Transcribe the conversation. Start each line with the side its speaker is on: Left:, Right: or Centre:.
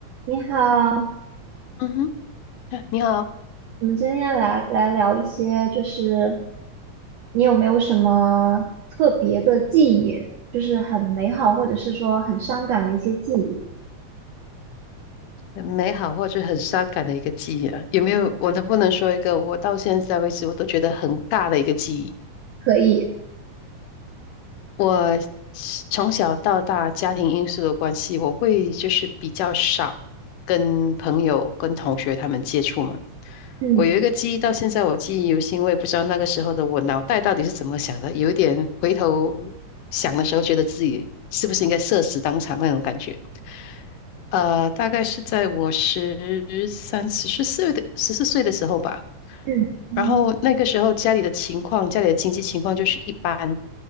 Right: 你好，
Left: 嗯哼，啊你好，
Right: 我们今天来来聊一些，就是你有没有什么特别的记忆，就是很美好或者是说很伤感的一些记忆？
Left: 很美好或者很伤感的一个记忆啊，有没有？我能不能说一个我到现在为止我都觉得很大的一个记忆？
Right: 可以，
Left: 我从小到大家庭因素的关系，我会就是比较少跟朋友、跟同学他们接触嘛。
Right: 嗯
Left: 我有一个记忆，到现在我记忆犹新，我也不知道那个时候的我脑袋到底是怎么想的，有一点回头想的时候，觉得自己是不是应该社死当场那种感觉。呃，大概是在我十三、十四岁的十四岁的时候吧。
Right: 嗯嗯
Left: 然后那个时候家里的情况，家里的经济情况就是一般，